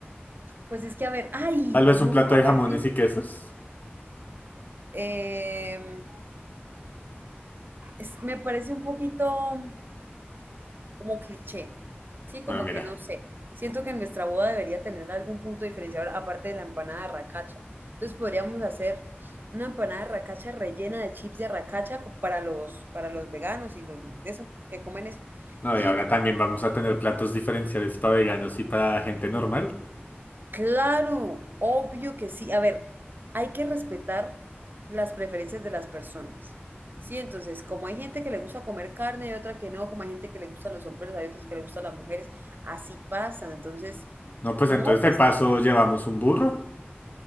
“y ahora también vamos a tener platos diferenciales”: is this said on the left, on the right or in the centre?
Left